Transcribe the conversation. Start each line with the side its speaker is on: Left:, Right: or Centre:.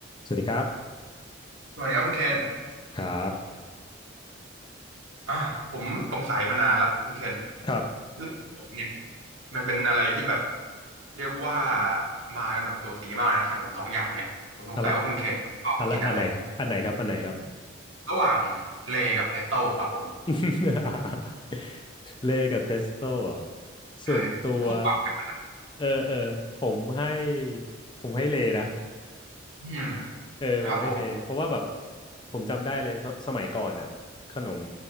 Left: สวัสดีครับ
Right: สวัสดีครับคุณเคน
Left: ครับ
Right: อ่าผมสงสัยมานานละคุณเคน
Left: ครับ
Right: เรื่องขนมเนี่ยมันเป็นอะไรที่แบบเรียกว่ามากันแบบสูสีมากเลยนะขนมสองอย่างเนี่ยผมสงสัยว่าคุณเคนชอบกินอะไร
Left: อันลอันลอันไหนครับอันไหนครับอันไหนครับ
Right: ระหว่างเลย์กับเพสโต้ครับผม
Left: <laughs> เลกับเทสโต้อหส่วนตัว
Right: ใช่คู่ปรับกัน
Left: เออเออผมให้ผมให้เลนะ
Right: อืม
Left: เออผมให้เลเพราะว่าแบบ
Right: ครับผม
Left: ผมจำได้เลยสสมัยก่อนอ่ะขนม